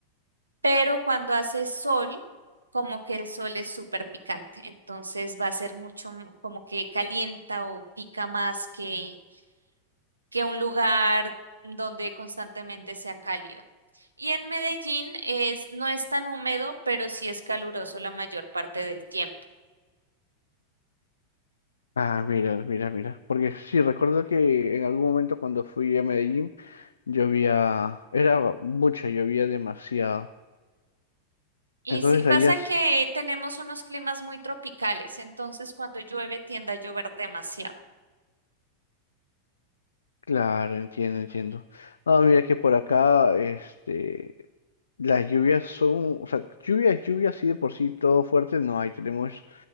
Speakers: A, on the right; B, on the left.
A: pero cuando hace sol, como que el sol es súper picante, entonces va a ser mucho m- como que calienta o pica más que, que un lugar donde constantemente sea cálido. Y en Medellín es, no es tan húmedo, pero sí es caluroso la mayor parte del tiempo.
B: Ah, mira, mira, mira. Porque sí, recuerdo que en algún momento cuando fui a Medellín llovía, era mucha, llovía demasiado.
A: Y
B: Entonces
A: sí pasa
B: allá es,
A: que tenemos unos climas muy tropicales, entonces cuando llueve tiende a llover demasiado.
B: claro, entiendo, entiendo. Ah, mira que por acá, este, las lluvias son, o sea, lluvias, lluvias, sí de por sí, todo fuerte no hay. Tenemos